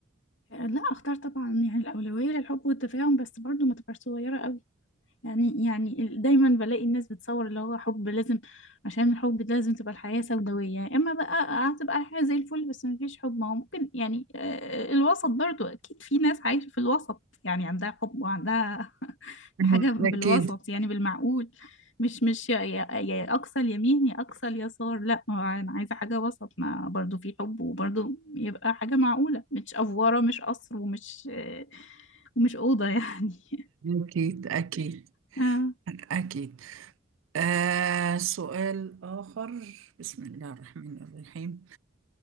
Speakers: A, on the left (about 65°); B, on the right (about 75°).
A: آه، لا اختار طبعا يعني الأولوية للحب والتفاهم بس برضو ما تبقاش صغيرة يعني يعني ال- دايما بلاقي الناس بتصور اللي هو حب لازم عشان الحب ده لازم تبقى الحياة سوداوية اما بقى هتبقى الحياة زي الفل بس مفيش حب ما هو ممكن يعني آه، الوسط برضو اكيد في ناس عايشة في الوسط يعني عندها حب وعندها <laughs>
B: مهم.
A: حاجة بالوسط
B: أكيد
A: يعني بالمعقول مش مش يا يا يا اقصى اليمين يا اقصى اليسار لا هو انا عايزة حاجة وسط ما برضو في حب وبرضو يبقى حاجة معقولة مش افورة مش قصر ومش آه، ومش أوضة يعني
B: أكيد أكيد
A: <laughs> اه
B: أكيد آه سؤال آخر بسم الله الرحمن الرحيم